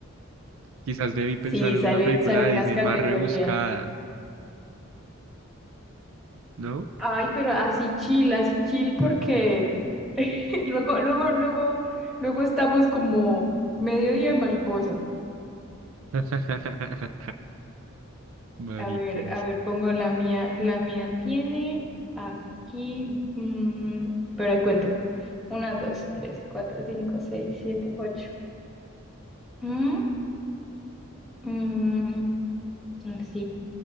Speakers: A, on the right; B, in the centre.
A: quizás debí pensar
B: Sí,
A: en
B: salen,
A: una película
B: salen
A: de
B: unas
A: Disney
B: categorías.
A: más rebuscada, ¿no?
B: Ay, pero así chill, así chill porque <laughs> luego, luego, luego, luego estamos como mediodía de mariposa.
A: <laughs> Mariposa.
B: A ver, a ver, pongo la mía. La mía tiene aquí, mm, pero ahí cuento. Una, dos, tres, cuatro, cinco, seis, siete, ocho. Mm, mm, así.